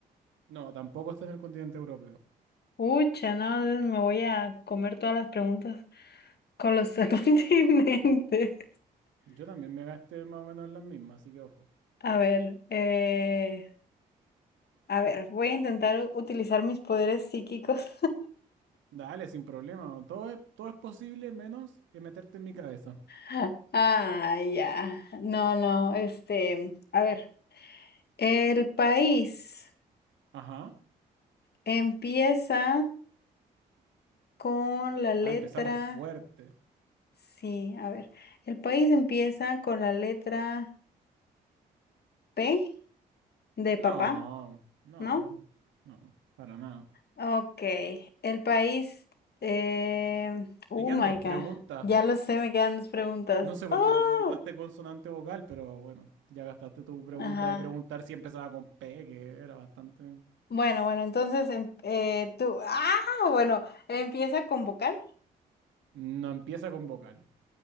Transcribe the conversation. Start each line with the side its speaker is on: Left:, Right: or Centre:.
Right: No, tampoco está en el continente europeo.
Left: Ucha, no, me voy a comer todas las preguntas con los <laughs> continentes.
Right: Yo también me gasté más o menos en las mismas, así que ojo.
Left: A ver, eh, A ver, voy a intentar utilizar mis poderes psíquicos.
Right: Dale, sin problema. Todo es, todo es posible menos eh, meterte en mi cabeza.
Left: <laughs> Ah, ya. No, no, este, a ver. El país
Right: Ajá.
Left: empieza con la letra,
Right: Ah, empezamos fuerte.
Left: sí, a ver. El país empieza con la letra P de
Right: No,
Left: papá,
Right: no,
Left: ¿no?
Right: no, para nada.
Left: Ok. El país, eh, oh
Right: Te quedan
Left: my
Right: dos
Left: God.
Right: preguntas.
Left: Ya lo sé, me quedan dos preguntas.
Right: No sé por
Left: ¡Oh!
Right: qué no preguntaste consonante vocal, pero bueno, ya gastaste tu pregunta
Left: Ajá.
Right: de preguntar si empezaba con P, que era bastante...
Left: Bueno, bueno, entonces em- eh, tú, ah, bueno, empieza con vocal.
Right: No empieza con vocal.